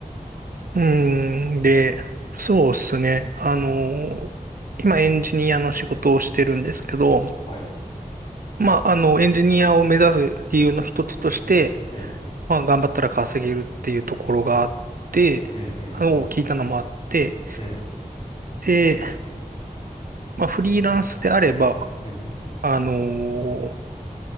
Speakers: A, on the right; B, on the left.
A: うん、で、そうですね、あの、今エンジニアの仕事をしてるんですけど、
B: はい。
A: まあ、あの、エンジニアを目指す理由の一つとして、
B: うんうん。
A: まあ、頑張ったら稼げるっていうところがあって、
B: うんうんうん。
A: あの、聞いたのもあって、
B: うん
A: で、まあ、フリーランスであれば、
B: うんうん。
A: あのー